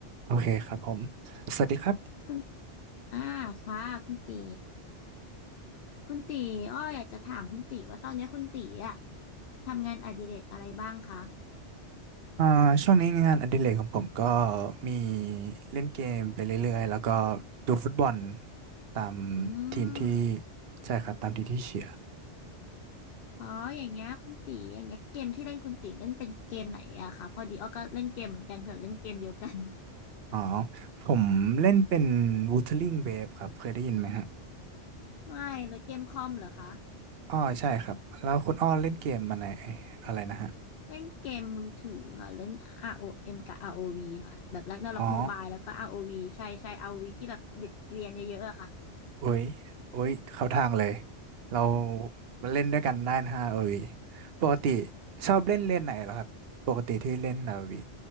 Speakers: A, on the right; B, on the left.
A: โอเคครับผมสวัสดีครับ
B: คุณอ่าค่ะคุณตีคุณตีอ้ออยากจะถามคุณตีว่าตอนนี้คุณตีอะทำงานอดิเรกอะไรบ้างคะ
A: อ่าช่วงนี้งานอดิเรกของผมก็มีเล่นเกมไปเรื่อยๆแล้วก็ดูฟุตบอลตาม
B: อืม
A: ทีมที่ใช่ครับตามทีมที่เชียร์
B: อ๋ออย่างเงี้ยคุณตีอย่างเงี้ยเกมที่เล่นคุณตีเล่นเป็นเกมไหนอะคะพอดีอ้อก็เล่นเกมเหมือนกันเผื่อเล่นเกมเดียวกัน <laughs>
A: อ๋อ ผมเล่นเป็น Wuthering Waves ครับเคยได้ยินไหมฮะ
B: ไม่เลยเกมคอมเหรอคะ
A: อ๋อใช่ครับ แล้วคุณอ้อเล่นเกมมาไหนอะไรนะฮะ
B: เล่นเกมมือถือค่ะเล่น ROM กับ ROV ค่ะแบบ Ragnarok
A: อ๋อ
B: Mobile แล้วก็ ROV ใช่ใช่ ROV ที่แบบเด็กเกรียนเยอะๆอะค่ะ
A: โอ้ยโอ้ยเข้าทางเลย เรามาเล่นด้วยกันได้นะฮะโอวีปกติ
B: <laughs> โอ้
A: ชอบเล่นเล่นไหนเหรอครับปกติที่เล่นนาวี